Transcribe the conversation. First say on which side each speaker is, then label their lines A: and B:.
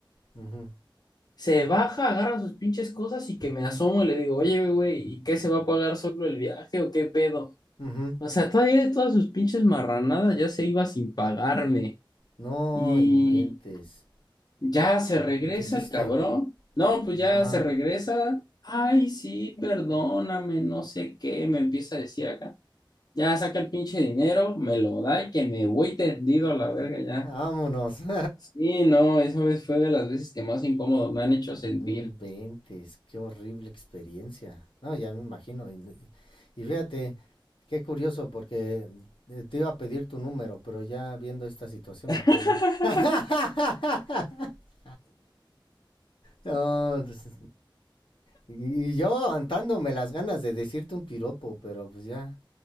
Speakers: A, on the left; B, on the left.
A: Ujú,
B: se baja, agarra sus pinches cosas y que me asomo y le digo, oye, güey, ¿y qué se va a pagar solo el viaje o qué pedo?
A: ujú.
B: O sea, todavía de todas sus pinches marranadas ya se iba sin pagarme.
A: No
B: Y
A: inventes.
B: ya se regresa
A: ¿Y qué hiciste?
B: el cabrón. No, pues ya
A: Ajá.
B: se regresa. Ay, sí, perdóname, no sé qué, me empieza a decir acá. Ya saca el pinche dinero, me lo da y que me voy tendido a la verga ya.
A: Vámonos. <laughs>
B: Sí, no, esa vez fue de las veces que más incómodo me han hecho sentir.
A: No inventes, qué horrible experiencia. No, ya me imagino. Y, y fíjate, qué curioso, porque eh, te iba a pedir tu número, pero ya viendo esta situación, mejor
B: <laughs>
A: no. <laughs> No, pues, y y yo aguantándome las ganas de decirte un piropo, pero pues ya,